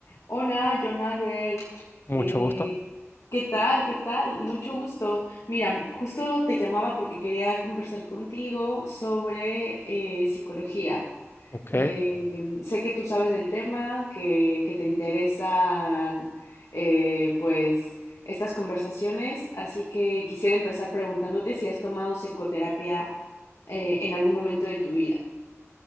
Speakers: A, on the left; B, on the left.
A: Hola, John Albert.
B: Mucho
A: Eh,
B: gusto.
A: ¿qué tal? ¿Qué tal? Mucho gusto. Mira, justo te llamaba porque quería conversar contigo sobre eh, psicología.
B: Ok.
A: Eh, em, sé que tú sabes del tema, que, que te interesan eh, pues estas conversaciones, así que quisiera empezar preguntándote si has tomado psicoterapia eh, en algún momento de tu vida.